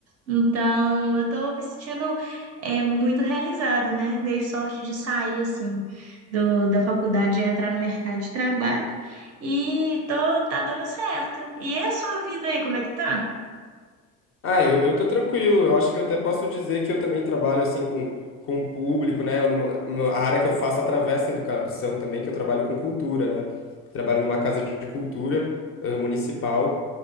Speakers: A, on the right; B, on the left.
A: Então, eu tô me sentindo é, muito realizada, né? Dei sorte de sair, assim, do, da faculdade e entrar no mercado de trabalho. E tô, tá dando certo. E é a sua vida aí, como é que tá?
B: Ah, eu, eu tô tranquilo. Eu acho que eu até posso dizer que eu também trabalho assim com, com o público, né? Eu numa- numa- a área que eu faço atravessa a educação também, que eu trabalho com cultura, né? Trabalho numa casa de cultura, eh, municipal.